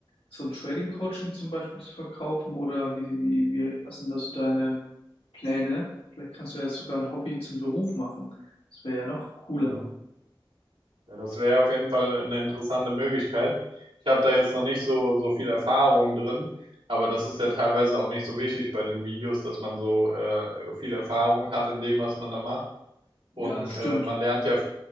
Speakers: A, on the left (about 90°); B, on the right (about 90°).
A: so ein Trading-Coaching zum Beispiel zu verkaufen? Oder wie, wie, wie, was sind da so deine Pläne? Vielleicht kannst du ja sogar ein Hobby zum Beruf machen. Das wäre ja noch cooler.
B: Mhm. Ja, das wäre auf jeden Fall eine interessante Möglichkeit. Ich habe da jetzt noch nicht so, so viel Erfahrung drin, aber das ist ja teilweise auch nicht so wichtig bei den Videos, dass man so äh, viel Erfahrung hat in dem, was man da macht.
A: Ja,
B: Und
A: das stimmt.
B: äh, man lernt ja,